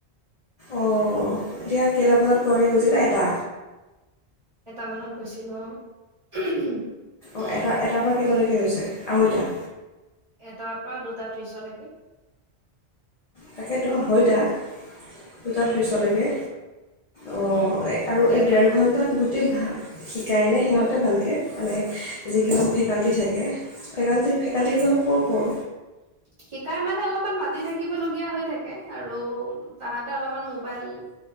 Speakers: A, on the left; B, on the right.
A: অঁ এতিয়া কেইটা বজাত পোৱাকৈ গৈছিলে এটা,
B: এটামানত গৈছিলো অ উহু হু
A: অ' এটা এটাৰ পৰা কেইটালৈকে হৈছে আঢ়ৈটা
B: এটাৰ পৰা দুটা ত্ৰিশলৈকে
A: তাকেতো হয় দা দুটা
B: উম
A: ত্ৰীছলৈকে
B: উম
A: অ
B: উম
A: আৰু
B: দেৰ
A: এই ডেৰ
B: ঘন্টা
A: ঘণ্টাত গোটেই শিকাই নে সিহঁতে ভালকৈ মানে যিকেইজন ফেকাল্টি থাকে ফেকাল্টি ফেকাল্টিকেইজন ক'ৰ ক'ৰ
B: শিকাই মানে অলপ, অলপমান মাতি থাকিবলগীয়া হৈ থাকে আৰু তাহাঁতে অলপমান মোবাইল